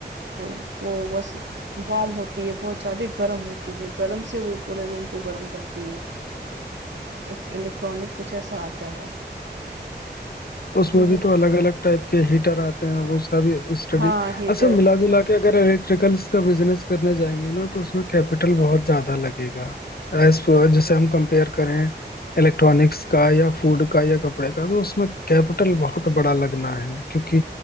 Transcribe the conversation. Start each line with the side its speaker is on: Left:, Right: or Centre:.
Right: वो वो बस वार्म होती है बहुत ज्यादा गर्म होती है गर्म से वो पूरे रूम को गर्म करती है एक इलेक्ट्रॉनिक कुछ ऐसा आता है
Left: उसमें
Right: तो वो
Left: भी तो अलग अलग टाइप के हीटर आते हैं वो उसका भी स्टडी
Right: हाँ हीटर
Left: अच्छा मिला
Right: हीटर
Left: जुला के अगर इलेक्ट्रिकल्स का बिजनेस करने जाएंगे ना तो उसमें कैपिटल बहुत ज्यादा लगेगा एज जैसे हम कंपेयर करें इलेक्ट्रॉनिक्स का या फूड का या कपड़े का तो उसमें कैपिटल बहुत बड़ा लगना है क्योंकि